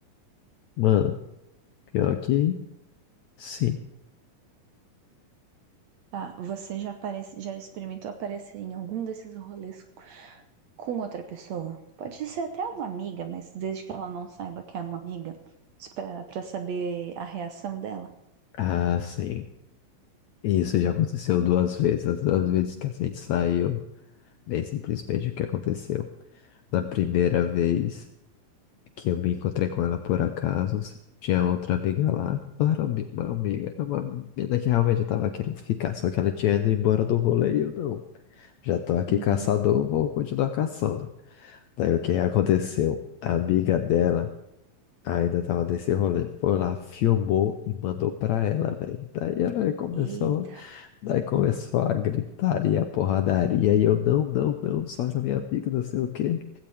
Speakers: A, on the left; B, on the right.
A: Mano, pior que sim.
B: Tá, você já aparece, já experimentou aparecer em algum desses rolês com outra pessoa? Pode ser até uma amiga, mas desde que ela não saiba que é uma amiga, pra, pra saber a reação dela.
A: Ah, sim. Isso já aconteceu duas vezes, as duas vezes que a gente saiu, bem simplesmente o que aconteceu. Na primeira vez. que eu me encontrei com ela por acaso. Tinha outra amiga lá. Não era ami- uma amiga, era uma menina que realmente eu tava querendo ficar, só que ela tinha ido embora do rolê e eu não. Já tô aqui
B: Uhum.
A: caçador, vou continuar caçando. Daí o que aconteceu? A amiga dela ainda tava nesse rolê. Foi lá, filmou e mandou pra ela, velho. Daí ela começou,
B: Eita.
A: daí começou a gritaria, a porradaria, e eu, não, não, não, só era minha amiga, não sei o quê